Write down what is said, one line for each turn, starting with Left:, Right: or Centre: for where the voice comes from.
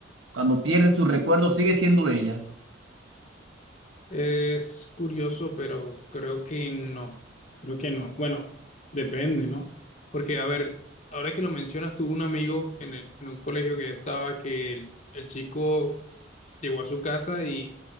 Right: cuando pierde sus recuerdos sigue siendo ella,
Left: Es curioso, pero creo que no. Creo que no. Bueno, depende, ¿no? Porque, a ver, ahora que lo mencionas, tuve un amigo en, el- en un colegio que yo estaba que el, el chico llegó a su casa y